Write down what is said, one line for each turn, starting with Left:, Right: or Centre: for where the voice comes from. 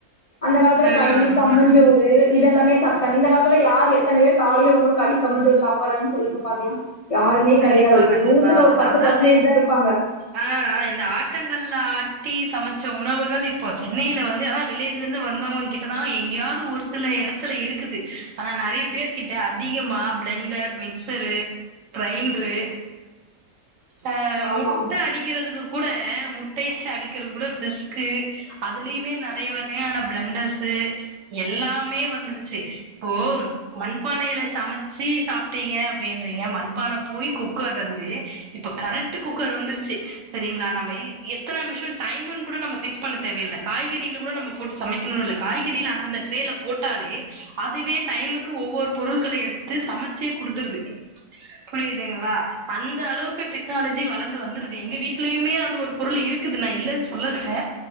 Left: அந்த காலத்துல
Right: ம்
Left: களி, கம்மஞ்சோறு
Right: ம்
Left: இதெல்லாமே சாப்ட்டாங்க இந்த காலத்துல யாரு எத்தன பேரு காலைல உணவு களி கம்மஞ்சோறு சாப்ற்றே சொல்லுங்க பாக்கலா யாருமே
Right: கண்டிப்பா
Left: கெடையாது
Right: கண்டிப்பா
Left: ஒரு நூத்துல
Right: அதுதா
Left: ஒரு பத்து
Right: அதாவது
Left: பர்சன்டேஜ்தா இருப்பாங்க.
Right: ஆ இந்த ஆட்டங்கல் ஆட்டி சமச்ச உணவுகள் இப்போ சென்னையில வந்து அத வில்லேஜ்லெந்து வந்தவங்க கிட் டதா எங்கேயாவ்து ஒரு சில எடத்துல இருக்குது ஆனா நெறைய பேர் கிட்ட அதிகமா பிலெண்டர் மி க்சரு க்ரைண்ரு அ
Left: ஆமா
Right: முட்ட அடிக்கிறதுக்கு கூட முட்டைய அடிக்கிறது கூட டிஸ்கு அதுலியுமே நெறைய வ கையான ப்லெண்டர்ஸு எல்லாமே வந்துருச்சு இப்போ மண்பானையில சமச்சு சாப்ட்டீங்க அப்டின்றீங்க மண் பான போய் குக்கர் வந்து இப்ப கரண்ட்டு குக்கர் வந்துருச்சு செரிங்களா நம்ப எத்தன நமிஷோ டைமுன் கூட நம்ம ஃபிக்ஸ் பண்ண தேவையில்லை காய்கறியில கூட நம்ம போட்டு சமைக்கணுனு இல்ல காய்க றில அந்த ந்த ட்ரேல போட்டாலே அதுவே டைமுக்கு ஒவ்வொரு பொருட்களை எடுத்து சமச்சு குடுத்துருது புரியுதுங்ளா அந்த அளவுக்கு டெக்னாலஜி வள்ந்து வந்துருது எங்க வீட்லயுமே அந்த ஒரு பொருளு இருக்குதுல இல்லன் சொல்லல